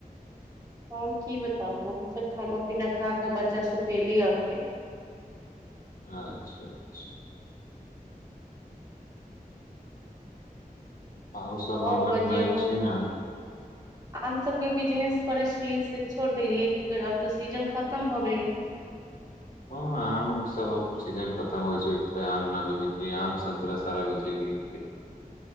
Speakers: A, on the right; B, on the left.
A: हम की बताब हमूँ सब खाना पीना खाके बच्चा सुतेली एखन
B: अच्छा अच्छा आहु सब
A: आओर
B: म्गलमेय
A: बजियौ
B: छी ने
A: आम सबके बिजनेस करे छलियै से छोड़ देलियै की आब तऽ सीजन खतम भऽ गेलै
B: हँ आम सभ सीजन खतम होइ छैऽ आम न बेचै छै आम सतरा सब बेचेछी